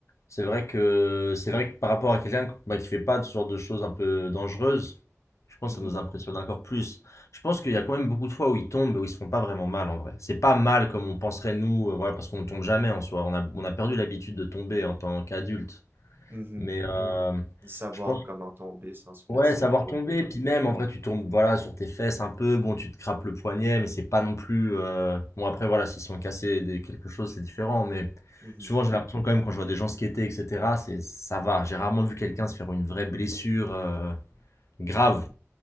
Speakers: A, on the left; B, on the right.
A: C'est vrai que c'est vrai que par rapport à quelqu'un bah, qui fait pas ce genre de choses un peu dangereuses, je pense
B: Mhm.
A: que ça nous impressionne encore plus. Je pense qu'il y a quand même beaucoup de fois où ils tombent et où ils se font pas vraiment mal en vrai. C'est pas mal comme on penserait nous, euh, voilà, parce qu'on tombe jamais en soi. On a, on a perdu l'habitude de tomber en tant qu'adulte.
B: Mhm.
A: Mais euh,
B: De savoir
A: je pense
B: comment tomber sans se
A: Ouais,
B: blesser
A: savoir
B: trop.
A: tomber,
B: Ouais.
A: puis même en vrai tu tombes voilà sur tes fesses un peu, bon tu te crapes le poignet, mais c'est pas non plus euh, bon après voilà s'ils sont cassés des- quelque chose c'est différent, mais
B: Mhm.
A: souvent j'ai l'impression quand même quand je vois des gens skater etc c'est ça va, j'ai rarement vu quelqu'un se faire une vraie blessure euh, grave,